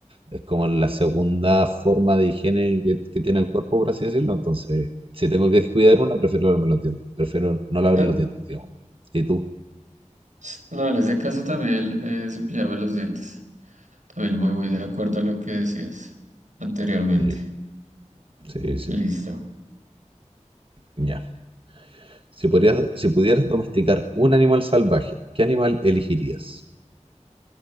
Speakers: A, on the right; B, on the right.
A: es como la segunda forma de higiene que, que tiene el cuerpo, por así decirlo. Entonces, si tengo que descuidar una, prefiero lavarme los dientes, prefiero no lavarme
B: Ah,
A: los dientes, digamos. ¿Y tú?
B: s- No, en ese caso también eh, cepillarme los dientes. También voy, voy de acuerdo a lo que decías anteriormente.
A: Sí, sí, sí.
B: Listo.
A: Ya. Si, podrías, si pudieras domesticar un animal salvaje, ¿qué animal elegirías?